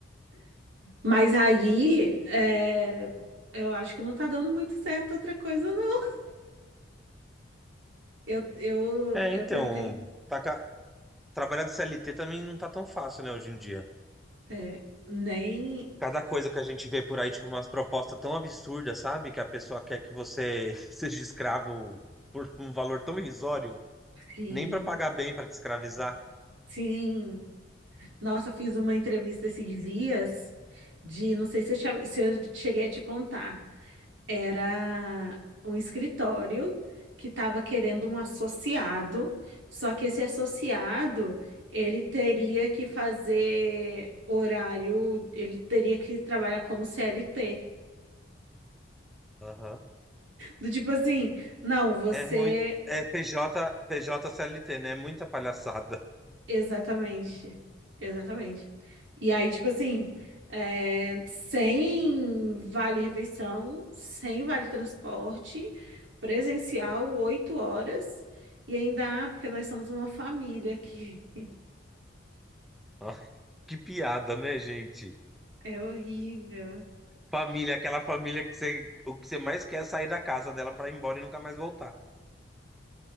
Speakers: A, on the right; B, in the centre.
A: Mas aí, é, eu acho que não tá dando muito certo outra coisa, não. Eu, eu,
B: É,
A: eu
B: então,
A: tentei,
B: tá ca- trabalhar de CLT também não tá tão fácil, né, hoje em dia.
A: é, nem,
B: Cada coisa que a gente vê por aí, tipo, umas propostas tão absurdas, sabe? Que a pessoa quer que você <laughs> seja escravo por um valor tão irrisório,
A: sim.
B: nem pra pagar bem, pra te escravizar.
A: Sim, Nossa, eu fiz uma entrevista esses dias de, não sei se eu, che- se eu cheguei a te contar, era um escritório que estava querendo um associado, só que esse associado, ele teria que fazer horário, ele teria que trabalhar como CLT.
B: Aham.
A: Do tipo assim, não, você
B: É muito. É PJ, PJ CLT, né? É muita palhaçada.
A: Exatamente. Exatamente. E aí, tipo assim, é, sem vale-refeição, sem vale-transporte, presencial, oito horas. E ainda, ah, porque nós somos uma família aqui. <laughs>
B: <laughs> Ó, Que piada, né, gente?
A: É horrível.
B: Família, aquela família que você, o que você mais quer é sair da casa dela pra ir embora e nunca mais voltar.